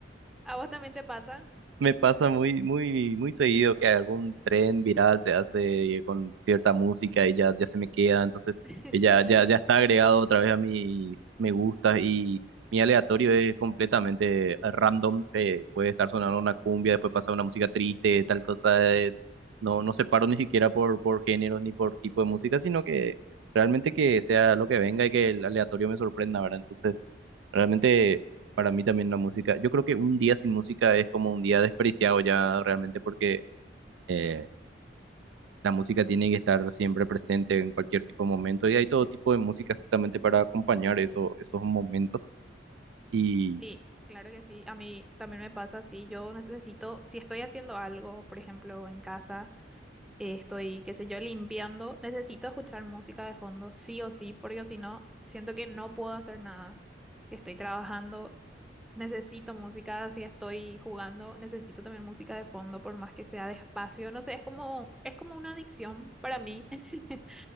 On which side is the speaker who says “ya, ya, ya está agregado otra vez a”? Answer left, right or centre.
Right